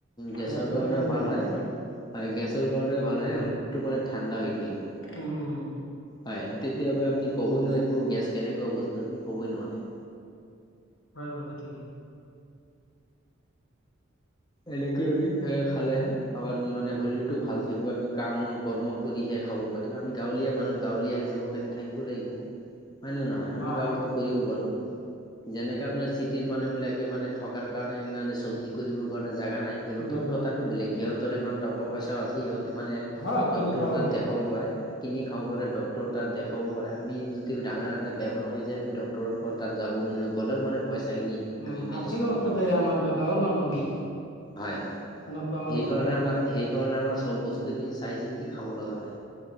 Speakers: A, on the left (about 20°); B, on the left (about 75°).
A: গেছৰ
B: গেছটো
A: কাৰণেও
B: তেনেকৈ
A: ভাল
B: নাথাকে
A: হয় হয় গেছৰ কাৰণে ভাল হয় শৰীৰটো মানে ঠাণ্ডা হৈ থাকিব
B: উম উম
A: হয় তেতিয়া আপুনি ক'ব নোৱাৰিব গেছ কেনেকোৱা বস্তু আপুনি কবই নোৱাৰে
B: হয় কথা ঠিকে
A: এনেকে আমি সে খালেহে আমাৰ মানে শৰীৰটো ভাল থাকিব আমি কাম কৰ্ম কৰিহে খাব পাৰিম আমি গাঁৱলীয়া মানুহ গাঁৱলীয়া হিচাপত আমি থাকিব লাগিব হয় নে নহয় সেয়া আমি
B: হয়
A: গাৱতো
B: হয়
A: কৰিব পাৰো যেনেকে আপোনাৰ চিটিৰ মানুহ বিলাকে মানে থকাৰ কাৰণে মানে চব্জি কৰিব কাৰণে জেগা নাই সিহঁতৰ
B: সেইকাৰণে
A: কথাটো বেলেগ সিহঁতৰ ইমান টকা পইচাও আছে সিহঁতে মানে
B: হয় কিনি
A: ডক্তৰ
B: খাব
A: তাত
B: পাৰে
A: দেখাব পাৰে কিনি খাব পাৰে ডক্তৰ তাত দেখাব পাৰে আমি যদি ডাঙৰ এটা বেমাৰ হৈ যায় আমি ড তাত যাবলৈ গ'লেও মানে পইচাখিনি
B: উম
A: আমি মেনেজ
B: আৰ্থিক
A: কৰিব
B: অৱস্থা
A: নোৱাৰোঁ
B: বেয়া আমাৰ গাঁৱৰ মানুহ আমি
A: হয় হয়
B: তেনেকুৱা আমাৰ
A: সেইকাৰণে
B: অৱস্থা নাই
A: আমাৰ সেইকাৰণে আমাৰ চব বস্তুখিনি চাই চিন্তি খাব লগা হয়